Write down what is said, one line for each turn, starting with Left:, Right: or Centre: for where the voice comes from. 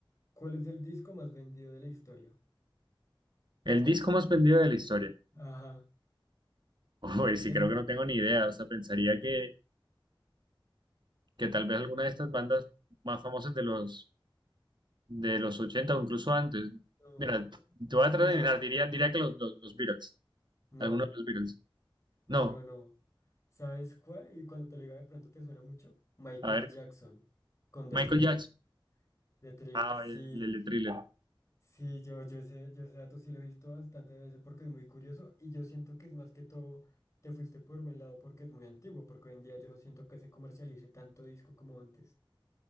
Left: ¿cuál es el disco más vendido de la historia?
Right: el disco más vendido de la historia.
Left: Ajá.
Right: <laughs> Uy, sí,
Left: Es,
Right: creo que no tengo ni idea. O sea, pensaría que, que tal vez alguna de estas bandas más famosas de los, de los 80 o incluso antes.
Left: no,
Right: Mira, te
Left: bueno,
Right: voy a tratar
Left: no sé.
Right: de adivinar, diría, diría que los, los, los Beatles,
Left: No,
Right: algunos de los Beatles.
Left: no,
Right: No,
Left: no, no. ¿Sabes cuál? Y cuando te lo diga de pronto te suena mucho. Michael
Right: a ver,
Left: Jackson, con The
Right: Michael
Left: Thriller.
Right: Jackson.
Left: The Thriller,
Right: Ah,
Left: sí.
Right: el, el de Thriller.
Left: Sí, yo, yo ese, yo ese dato sí lo he visto bastante veces porque es muy curioso y yo siento que es más que todo, te fuiste por buen lado porque es muy antiguo, porque hoy en día yo no siento que se comercialice tanto disco como antes.